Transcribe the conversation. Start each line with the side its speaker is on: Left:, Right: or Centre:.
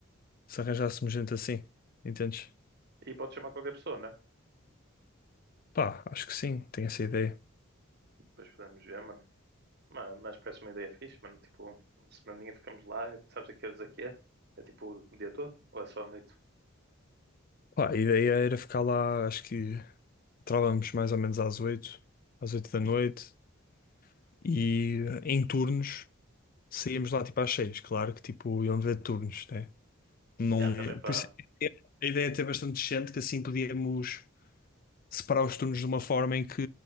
Left: se arranjássemos gente assim, entendes?
Right: E pode chamar qualquer pessoa, né?
Left: Pá, acho que sim, tenho essa ideia.
Right: Depois podemos ver, mano. Ma- Mas parece uma ideia fixe, mano. Tipo, uma semaninha ficamos lá, e tu sabes a que horas é que é? É tipo o dia todo? Ou é só à noite?
Left: Pá, a ideia era ficar lá, acho que entrávamos mais ou menos às oito às oito da noite e eh, em turnos saíamos lá tipo às seis claro que tipo iam haver turnos, né? Não
Right: É, também
Left: ia-
Right: para
Left: Por isso a ideia é ter bastante gente que assim podíamos separar os turnos de uma forma em que